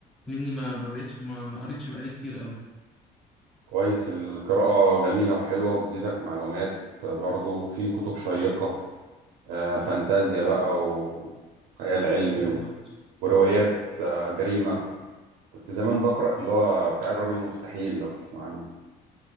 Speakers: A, in the centre; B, on the right.
A: مني ما ما بقيتش ما ما قريتش بقالي كتير أوي
B: كويس القراءة جميلة وحلوة وبتزيدك معلومات برضو في كتب شيقة آه، فانتازيا بقى وخيال علمي
A: بالظبط
B: و- وروايات آه، جريمة كنت زمان بقرأ اللي هو بتاع الراجل المستحيل لو تسمع عنه